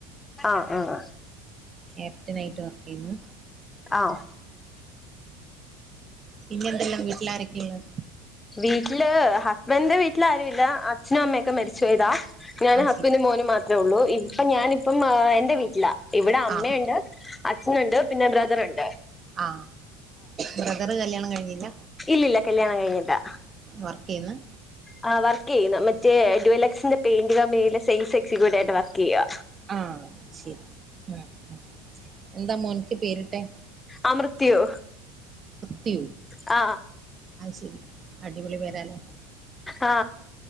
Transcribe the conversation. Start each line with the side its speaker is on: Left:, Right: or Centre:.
Left: ആഹ ആഹ
Right: ക്യാപ്റ്റൻ ആയിട്ട് വർക്ക് ചെയ്യുന്നു
Left: ആഹ
Right: പിന്നെന്തെല്ലാം വീട്ടിലാരൊക്കെയുണ്ട്
Left: വീട്ടില് ഹസ്ബന്ഡന്റെ വീട്ടിൽ ആരുല്ല അച്ഛനും അമ്മയൊക്കെ മരിച്ചു ചെയ്താ ഞാനും
Right: ആഹ്
Left: ഹസ്ബന്റും
Right: ശരി
Left: മോനും മാത്രേള്ളൂ ഇപ്പൊ ഞാന് ഇപ്പം എന്റെ വീട്ടിലാ ഇവിടെ അമ്മയുണ്ട്
Right: ആഹ്
Left: അച്ച നുണ്ട് പിന്നെ ബ്രദറ്ണ്ട്
Right: ആ ബ്രദറ് കല്യാണം കഴിഞ്ഞില്ല
Left: ഇല്ല കല്യാണം കഴിഞ്ഞില്ലാ
Right: വർക്ക് ചെയ്യുന്ന്
Left: ആ വർക്ക് ചെയ്യുന്നു മറ്റേ ഡവലക്സിന്റെ പെയിന്റ് കമ്പനിയിലെ സെയിൽസ് എ ക്സിക്യൂട്ടീവ് ആയിട്ട് വർക്കയ്യാ
Right: ആ ശരി ഉം ഉം എന്താ മോൻക്ക് പേര്ട്ടെ
Left: അമൃത്യോ
Right: ത്തി
Left: ആ
Right: അയ്ശെരി അടിപൊളി പേരാലോ
Left: ആ